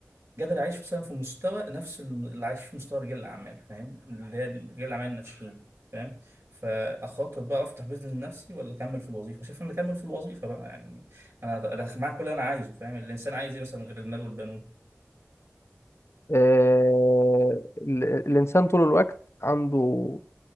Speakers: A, on the right (about 65°); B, on the left (about 60°).
A: اعيش مثلا في مستوى نفس اللي عايش في مستوى رجال الاعمال فاهم اللي هي رجال الاعمال الناشئين فاهم فاخاطر بقى افتح بيزنس لنفسي ولا اكمل في الوظيفه شايف ان اكمل في الوظيفه بقى يعني انا انا معاك كل اللي انا عايزه فاهم الانسان عايز ايه مثلا غير المال والبنون
B: آه، ال- الإنسان طول الوقت عنده